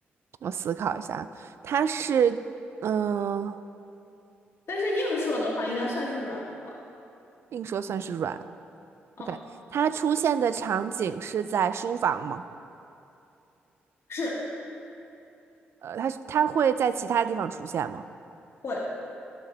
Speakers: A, on the right; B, on the left.
A: 我思考一下，它是，嗯、
B: 但是硬说的话，应该算是软的吧？
A: 并说算是软，
B: 嗯，
A: o k 它出现的场景是在书房吗？
B: 是
A: 呃，它它会在其他地方出现吗？
B: 会，